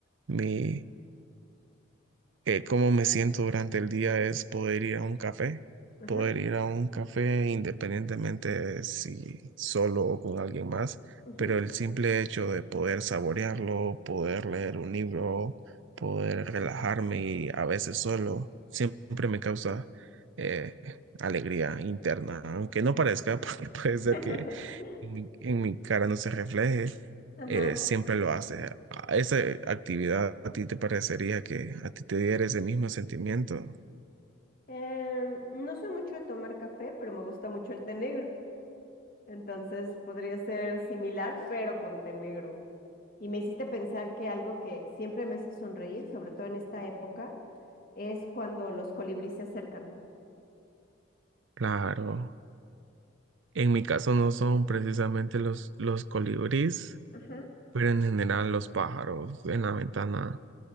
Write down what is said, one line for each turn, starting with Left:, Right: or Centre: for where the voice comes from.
Right: mi eh, cómo me siento durante el día es poder ir a un café,
Left: Ajá,
Right: poder ir a un café independientemente de si solo o con alguien más,
Left: ujú.
Right: pero el simple hecho de poder saborearlo, poder leer un libro, poder relajarme y a veces solo, siempre me causa eh, alegría interna, aunque no parezca, <laughs> porque puede
Left: <laughs>
Right: ser que en mi, en mi cara no se refleje
Left: Ajá.
Right: eh, siempre lo haces. ¿A ¿Esa actividad a ti te parecería que a ti te diera ese mismo sentimiento?
Left: Em, no soy mucho de tomar café, pero me gusta mucho el té negro. Entonces podría ser similar, pero con té negro. Y me hiciste pensar que algo que siempre me hace sonreír, sobre todo en esta época, es cuando los colibríes se acercan.
Right: Claro. En mi caso no son precisamente los, los colibríes,
Left: Ajá.
Right: pero en general los pájaros en la ventana.